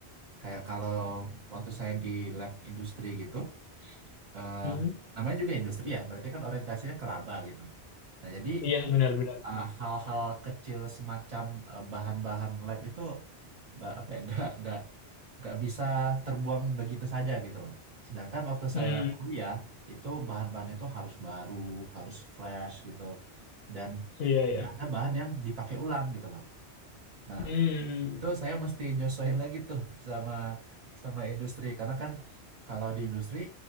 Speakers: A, on the right; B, on the left.
A: Kayak kalau waktu saya di lab industri gitu, eh,
B: Hmm.
A: namanya juga industri ya, berarti kan orientasinya ke laba gitu. Nah, jadi
B: Iya, benar-benar.
A: eh, hal-hal kecil semacam eh, bahan-bahan lab itu nggak apa ya <laughs> nggak nggak nggak bisa terbuang begitu saja gitu loh. Sedangkan waktu
B: Hmm,
A: saya kuliah itu bahan-bahan itu harus baru, harus fresh gitu, dan
B: iya,
A: tidak
B: iya.
A: ada bahan yang dipakai ulang gitu loh. Nah
B: Hmm,
A: itu saya mesti nyesuaiin lagi tuh sama sama industri karena kan kalau di industri